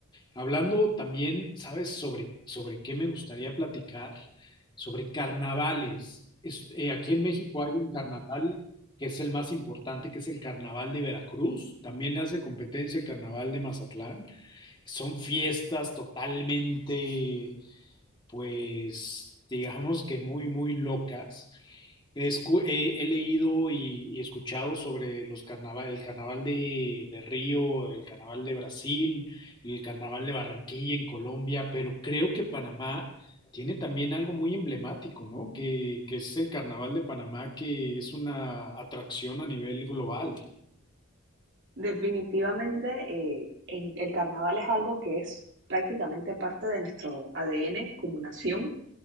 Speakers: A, on the left; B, on the right.
A: Hablando también, ¿sabes? Sobre, sobre qué me gustaría platicar, sobre carnavales. Es- eh, aquí en México hay un carnaval que es el más importante, que es el Carnaval de Veracruz. También le hace competencia el Carnaval de Mazatlán. Son fiestas totalmente pues digamos que muy, muy locas. Escu- he, he leído y, y escuchado sobre los carnaval, el carnaval de, de Río, el carnaval de Brasil, el carnaval de Barranquilla en Colombia, pero creo que Panamá tiene también algo muy emblemático, ¿no? Que, que es el carnaval de Panamá, que es una atracción a nivel global.
B: Definitivamente eh, en- el carnaval es algo que es prácticamente parte de nuestro ADN como nación